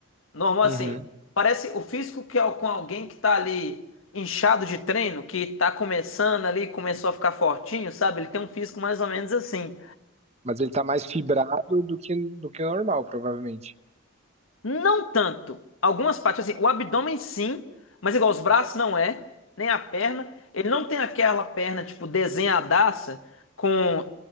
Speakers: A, on the left (about 85°); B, on the right (about 30°).
A: Normal assim,
B: Uhum.
A: parece o físico que é com alguém que tá ali inchado de treino, que tá começando ali, começou a ficar fortinho, sabe? Ele tem um físico mais ou menos assim.
B: Mas ele tá mais fibrado do que, do que o normal, provavelmente.
A: Não tanto. Algumas partes, assim, o abdômen sim, mas igual os braços não é, nem a perna. Ele não tem aquela perna, tipo, desenhadaça, com